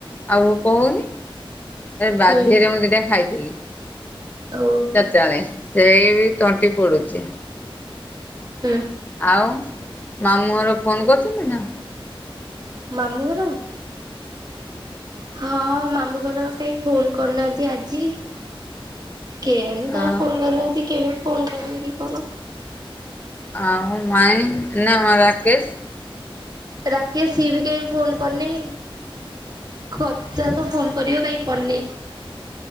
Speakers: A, on the left; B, on the right.
A: ଆଉ ଭୋକ ହଉନି। ଆରେ ବାଧ୍ୟରେ
B: ହୁଁ
A: ମୁଁ ଦିଟା ଖାଇଥିଲି
B: ଓହୋ
A: ଚାରି ଟା ବେଳେ ସେଇ ବି ତଣ୍ଟି ପୋଡ଼ୁଛି।
B: ହୁଁ
A: ଆଉ ମାମୁଁ ଘର ଫୋନ କରିଥିଲେ ନା
B: ମାମୁଁ ଘର ହଁ ମାମୁଁ ଘର କାହିଁ ଫୋନ କରିନାହାନ୍ତି ଆଜି କେଜାଣେ ତାଙ୍କର
A: ଆଉ
B: ଫୋନ କରିି ନାହାନ୍ତି କେବେ ଫୋନ କରିବେ କି କଣ
A: ଆଉ ମାଇ ନା ମ ରାକେଶ
B: ରାକେସ୍ ସିଏ ବି କାହିଁ ଫୋନ କରିନି କହିଥିଲା ତ ଫୋନ କରିବ କାହିଁ କରିନି